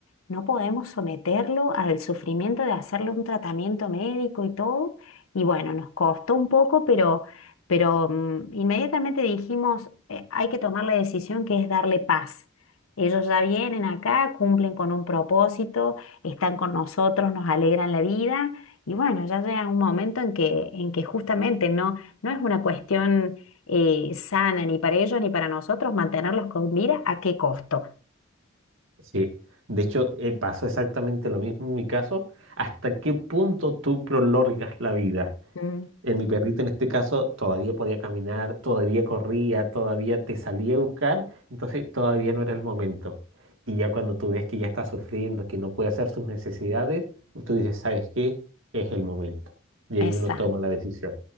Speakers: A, on the left; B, on the right.
A: No podemos someterlo al sufrimiento de hacerle un tratamiento médico y todo, y bueno, nos costó un poco, pero, pero mm, inmediatamente dijimos, "Eh, hay que tomar la decisión que es darle paz. Ellos ya vienen acá, cumplen con un propósito, están con nosotros, nos alegran la vida. Y bueno, ya llega un momento en que, en que justamente no, no es una cuestión eh, sana ni para ellos ni para nosotros mantenerlos con vida, ¿a qué costo?
B: Sí. De hecho, eh, pasó exactamente lo mismo en mi caso. ¿Hasta qué punto tú prolongas la vida?
A: Mm,
B: En mi perrito, en este caso, todavía podía caminar, todavía corría, todavía te salía a buscar, entonces todavía no era el momento. Y ya cuando tú ves que ya está sufriendo, que no puede hacer sus necesidades, tú dices, ¿sabes qué? Es el momento. Y ahí
A: Exacto.
B: uno toma la decisión.